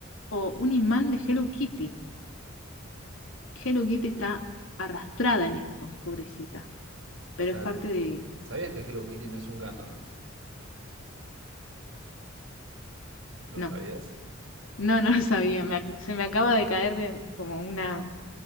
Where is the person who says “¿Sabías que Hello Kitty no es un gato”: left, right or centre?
Right